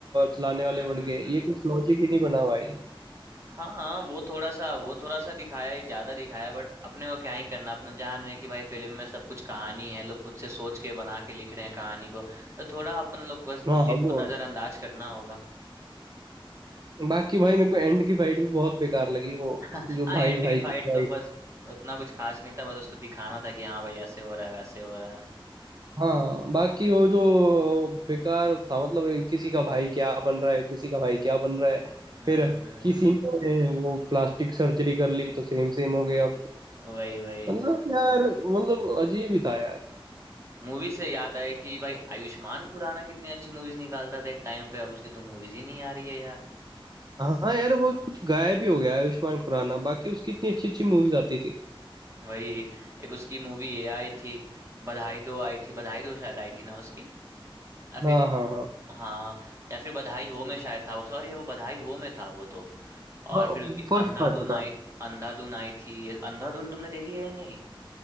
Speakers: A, on the right; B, on the right.
A: चलाने वाले
B: हम्म
A: बन
B: हम्म
A: गए ये
B: हम्म
A: कुछ लॉजिक ही नहीं बना भाई
B: हाँ वो थोड़ा सा वो थोड़ा सा दिखाया ही ज्यादा दिखाया बट अपने को क्या ही करना अपना जान रहे हैं कि भाई फिल्म में सब कुछ कहानी है लोग खुद से सोच के बना के लिख रहे हैं कहानी को तो थोड़ा अपन लोग बस
A: हाँ
B: चीज
A: वो
B: को नजरअंदाज
A: है
B: करना होगा
A: बाकी भाई मेरे को एंड की फाइट भी बहुत बेकार लगी वो
B: <laughs>
A: जो
B: हाँ
A: भाई
B: एंड
A: भाई
B: की फाइट
A: की फाइट
B: तो बस उतना कुछ खास नहीं था बस उसको दिखाना था कि हाँ भाई ऐसे हो रहा है वैसे हो रहा है
A: हाँ बाकी वो जो बेकार था मतलब किसी का भाई क्या बन रहा है किसी का भाई क्या बन रहा है
B: हम्म
A: फिर
B: हम्म
A: किसी ने वो प्लास्टिक सर्जरी कर ली तो सेम सेम हो गया
B: <laughs> वही वही
A: मतलब यार मतलब अजीब ही था यार
B: मूवी से याद आया कि भाई आयुष्मान खुराना कितनी अच्छी मूवीज निकालता था एक टाइम पे अब उसकी तो मूवीज ही नहीं आ रही है यार
A: हाँ यार वो कुछ गायब ही हो गया है आयुष्मान खुराना बाकी उसकी इतनी अच्छी अच्छी मूवीज आती थी
B: वही एक उसकी मूवी ये आई थी बधाई दो आई थी बधाई दो शायद आई थी ना उसकी या फिर
A: हाँ हाँ हाँ
B: हाँ या फिर बधाई हो में शायद था वो सॉरी वो बधाई हो में था वो तो और
A: हाँ
B: फिर उसकी
A: फर्स्ट
B: अंधाधुन
A: पार्ट था
B: आई अंधाधुन आई थी ये अंधाधुन तुमने देखी है या नहीं